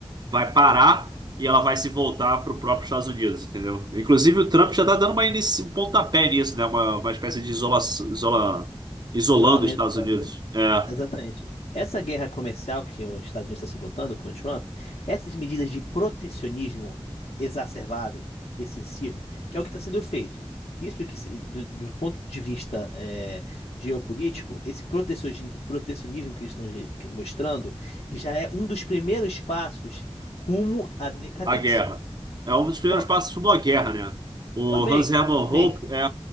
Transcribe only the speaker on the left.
O isolamento
da
Ucrânia.
Exatamente. Essa guerra comercial que os Estados Unidos está se botando com o Trump, essas medidas de protecionismo exacerbado, excessivo, que é o que está sendo feito. Isso que, se- do, do ponto de vista eh, geopolítico, esse protecioni- protecionismo que eles estão ge- mostrando já é um dos primeiros passos rumo à decadência.
Não,
Também,
também.